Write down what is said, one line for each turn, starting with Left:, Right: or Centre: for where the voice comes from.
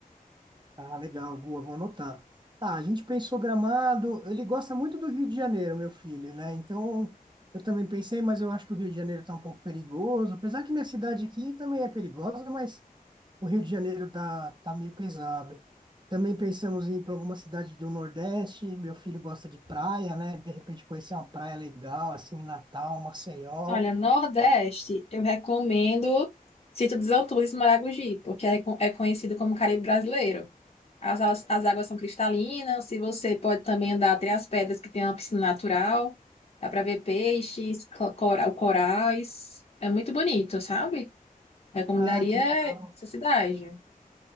Right: Ah, legal, boa, vou anotar. Ah, a gente pensou Gramado, ele gosta muito do Rio de Janeiro, meu filho, né? Então, eu também pensei, mas eu acho que o Rio de Janeiro está um pouco perigoso, apesar que minha cidade aqui também é perigosa, mas o Rio de Janeiro tá, tá meio pesado. Também pensamos em ir para alguma cidade do Nordeste, meu filho gosta de praia, né? De repente conhecer uma praia legal, assim, Natal, Maceió.
Left: Olha, Nordeste, eu recomendo Sítio dos Altures e Maragogi, porque é, co- é conhecido como Caribe brasileiro. As, as, as águas são cristalinas, se você pode também andar até as pedras que tem uma piscina natural, dá para ver peixes, cla- cora- corais, é muito bonito, sabe? Recomendaria
Right: Ah, que legal.
Left: essa cidade.